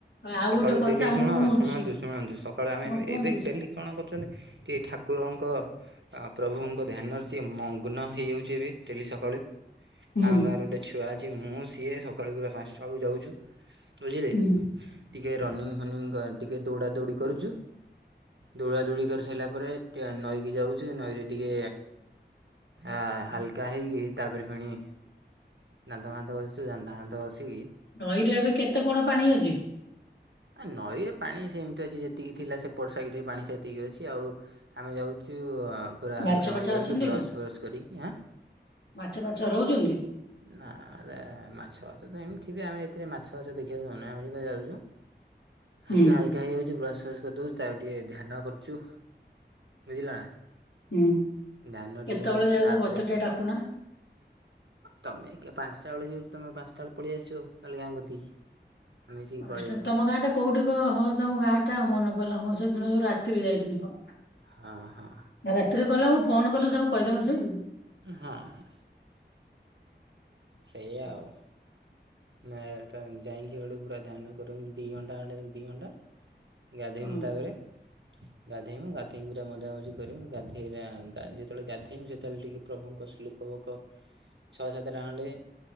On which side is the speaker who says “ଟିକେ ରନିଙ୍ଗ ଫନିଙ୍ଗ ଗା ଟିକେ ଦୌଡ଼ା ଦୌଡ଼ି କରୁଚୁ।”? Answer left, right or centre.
Right